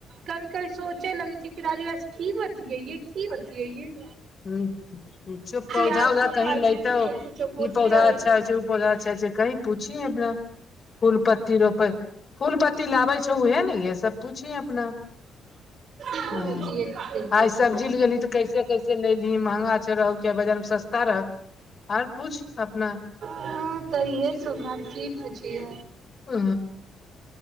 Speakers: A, on the right; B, on the left.
A: कभी- कभी सोचे लगै छै, कि राजूवास की बतियैे, की बतियैे।
B: हछ पौधा
A: आलतू
B: -उौधा कही
A: फालतू
B: लै तऊ,
A: कुछो कुछो बोलते
B: ई पौधा
A: रहै
B: अच्छा!
A: छै
B: जो पौधा अच्छा कही पूछ क हमरा फूल पत्ती रोपे, फूल पत्ती लाबै छौ उहे, ने ये सब पुछ अपना,
A: आँय
B: ह, आइ सब्जी ल गेली तऽ कैसे -कैसे ले ली महँगा रहु, किया बाजार मे सस्ता रहउ आर पुछ अपना।
A: ह तऽये सुन की पुछिये।
B: हँ।